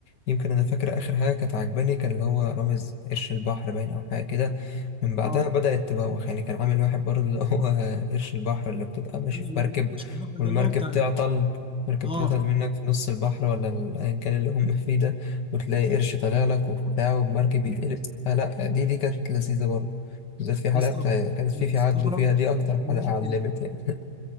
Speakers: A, on the left (about 80°); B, in the centre.
A: يمكن انا فاكر اخر حاجه كانت عجباني كان اللي هو رامز قرش البحر باين او حاجه كده من بعدها
B: اه
A: بدات تبوخ يعني كان عامل واحد برضه اللي هو <laughs> قرش البحر اللي بتبقى ماشي
B: انا
A: في
B: اللي
A: مركب
B: وريتش البحر
A: والمركب
B: ده اللي هو بتاع
A: تعطل
B: ال-
A: مركب
B: اه
A: تعطل منك في نص البحر ولا ال- ايا كان اللي هم فيه ده وتلاقي قرش طالع لك وبتاع والمركب يتقلب فلا دي دي كانت لذيذه برضه بالذات في حلقه
B: يا اسطى
A: بتاع يعني كانت في
B: انا
A: في
B: بستغرب
A: عبده فيها دي اكتر حلقه
B: كمية
A: علمت
B: ال...
A: يعني